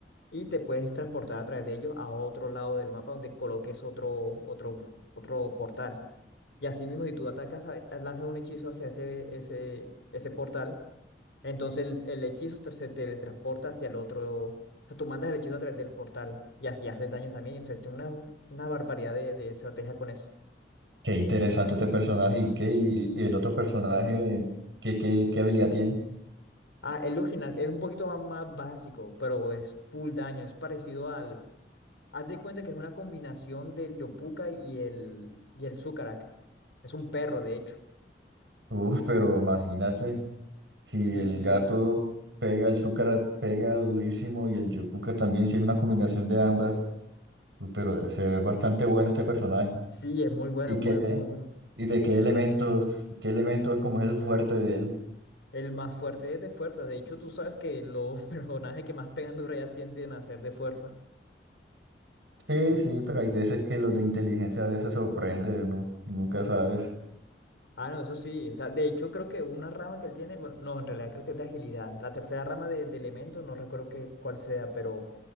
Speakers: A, on the left; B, on the right.
A: Y te puedes transportar a través de ellos a otro lado del mapa donde coloques otro, otro, otro portal. Y así mismo, si tú atacas, a- a- lanzas un hechizo hacia ese, ese, ese portal, entonces el, el hechizo te- se teletransporta hacia el otro. O sea, tú mandas el hechizo a través del portal y así haces daño también. Y usted tiene una, una barbaridad de, de estrategia con eso.
B: Qué interesante este personaje y, qué, y, y el otro personaje, ¿qué, qué, qué habilidad tiene?
A: Ah, el Luginat es un poquito más, más básico, pero es full daño. Es parecido al. Haz de cuenta que es una combinación del Yopuka y el, y el Sucarak. Es un perro, de hecho.
B: Uf, pero imagínate, si
A: Sí,
B: el
A: sí,
B: gato
A: eso-
B: pega, el Zúcara pega durísimo y el Yopuka también, si es una combinación de ambas, pero se ve bastante bueno este personaje.
A: sí, es muy bueno,
B: ¿Y qué,
A: buen- muy bueno.
B: y de qué elementos, qué elementos como es el fuerte de él?
A: El más fuerte es de fuerza. De hecho, tú sabes que los <laughs> personajes que más pegan duro ya tienden a ser de fuerza.
B: Sí,
A: Entonces-
B: sí, pero hay veces que los de inteligencia a veces sorprende, ¿no? Nunca sabes.
A: ah, no, eso sí. O sea, de hecho, creo que una rama que él tiene, bueno, no, en realidad creo que es de agilidad. La tercera rama de, de elementos, no recuerdo qué, cuál sea, pero